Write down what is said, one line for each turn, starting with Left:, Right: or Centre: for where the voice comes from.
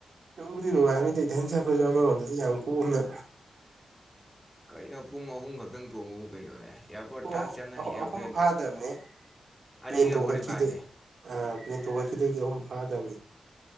Right: ꯅꯨꯡꯕꯨꯗꯤ ꯅꯨꯡꯉꯥꯏꯕꯅꯤꯗ ꯏꯊꯟ ꯆꯠꯄꯖꯦ ꯑꯃꯔꯣꯝꯗꯗꯤ ꯌꯥꯝ ꯀꯣꯝꯅ
Centre: ꯀꯩꯅꯣ ꯄꯨꯡ ꯑꯍꯨꯝ ꯈꯛꯇꯪ ꯇꯣꯡꯕꯕꯨ ꯀꯩꯅꯣꯅꯦ ꯑꯦꯌꯥꯔꯄꯣꯔꯠ
Right: ꯨꯄꯨꯡ
Centre: ꯊꯥꯛ ꯆꯪꯉꯅꯤ
Right: ꯑꯍꯨ
Centre: ꯑꯦꯔꯣꯄ꯭ꯂꯦꯟ
Right: ꯑꯍꯨꯝ ꯐꯥꯗꯕꯅꯤꯍꯦ ꯄ꯭ꯂꯦꯟ
Centre: ꯑꯅꯤꯒ
Right: ꯇꯣꯡꯈꯠꯈꯤꯗꯩ
Centre: ꯐꯣꯔꯇꯤ ꯐꯥꯏꯚꯅꯦ
Right: ꯑꯥ ꯊꯣꯛꯒꯛꯈꯗꯒꯤ ꯑꯍꯨꯝ ꯐꯥꯗꯕꯅꯤ